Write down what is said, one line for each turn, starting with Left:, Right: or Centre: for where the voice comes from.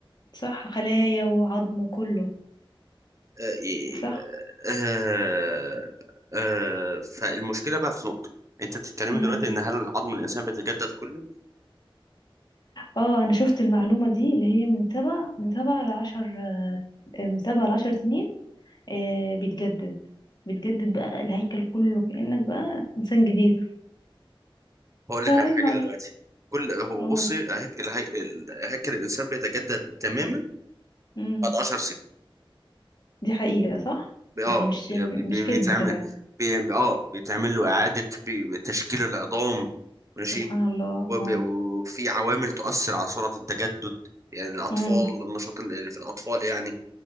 Left: صح خلايا وعظم وكله
Right: آه ي-
Left: صح
Right: آه آه فالمشكله بقى في نقطه انت بتتكلمي
Left: مم.
Right: دلوقتي ان هل عظم الانسان بيتجدد كله
Left: اه انا شفت المعلومة دي اللي هي من سبع من سبع لعشر من سبع لعشر سنين آه بيتجدد بيتجدد بقى الهيكل كله كأنك بقى إنسان جديد
Right: هقول لك
Left: فالمعلم
Right: على حاجه دلوقتي كل هو
Left: قول
Right: بصي هيك- الهي- ال- هيكل الانسان بيتجدد تماما
Left: امم
Right: بعد 10 سنين
Left: دي حقيقة صح
Right: بي- اه
Left: يعني مش
Right: بي- بي-
Left: مش كدب
Right: بيتعمل
Left: طلعت
Right: بي- اه بيتعمل له اعاده بي- تشكيل العظام ماشي
Left: سبحان الله
Right: وب-
Left: اه
Right: وفي عوامل تؤثر على سرعة التجدد يعني الأطفال
Left: امم
Right: النشاط اللي في الأطفال يعني